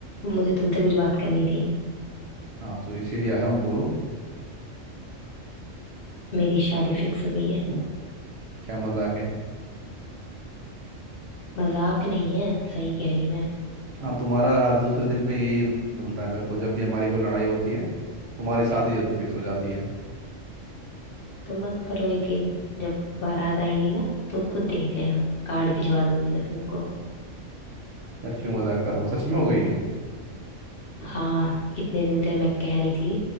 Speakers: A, on the left (about 55°); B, on the right (about 60°).
A: मुझे तुमसे कुछ बात करनी थी
B: हाँ तो इसीलिए आया हूँ बोलो
A: मेरी शादी फिक्स हो गई है
B: क्या मजाक है
A: मजाक नहीं है सही कह रही मैं
B: हाँ तुम्हारा हर दूसरे दिन में यही मिलता है मेरे को जब भी हमारी कोई लड़ाई होती है तुम्हारी शादी जरूर फिक्स हो जाती है
A: तो मत करो यकीन जब बारात आएगी ना तो खुद देख लेना कार्ड भिजवा दूंगी मैं तुमको
B: यार क्यों मजाक कर रहे हो सच में हो गई है
A: हाँ इतने दिन से मैं कह रही थी